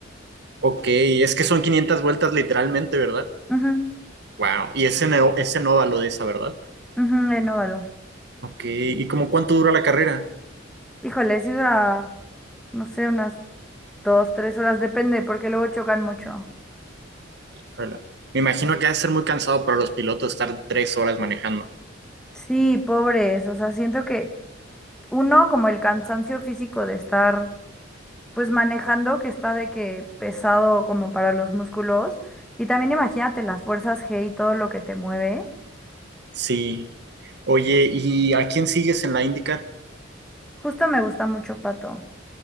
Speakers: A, on the right; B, in the centre.
A: Ok, es que son 500 vueltas literalmente, ¿verdad?
B: Ujú,
A: Wow. Y es en, o- es en óvalo de esa, ¿verdad?
B: ujú, en óvalo.
A: Ok, ¿y como cuánto dura la carrera?
B: Híjole, si dura, no sé, unas dos, tres horas, depende, porque luego chocan mucho.
A: Híjole. Me imagino que ha de ser muy cansado para los pilotos estar tres horas manejando.
B: Sí, pobres, o sea, siento que uno, como el cansancio físico de estar pues manejando que está de que pesado como para los músculos. Y también imagínate las fuerzas G y todo lo que te mueve.
A: Sí. Oye, ¿y a quién sigues en la IndyCar?
B: Justo me gusta mucho Pato.